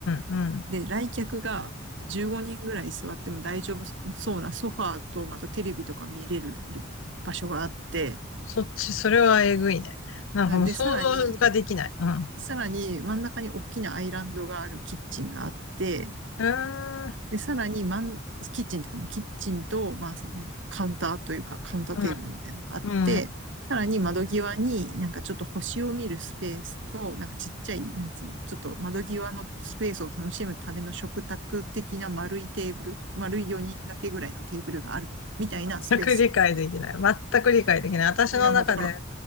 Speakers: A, on the left; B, on the right.
A: うん。うん
B: で、来客が15人ぐらい座っても大丈夫そうなソファーとまたテレビとか見れる場所があって、
A: そっち、それはえぐいね。なんかもう想像ができない。
B: で、さらに、
A: うん。う
B: さらに真ん中に大きなアイランドがあるキッチンがあって、
A: ーん、
B: で、さらに、マンキッチンとかも、キッチンと、まあ、その、カウンターというか、カウンターテーブルみたいなのがあって、
A: うん、うん。
B: さらに窓際になんかちょっと星を見るスペースと、なんかちっちゃい、なんつうの、ちょっと窓際のスペースを楽しむための食卓的な丸いテーブル、丸い4人掛けぐらいのテーブルがある、みたいなスペース。
A: 全く理解できない。全く理解できない。私の中で、
B: な、もうだから、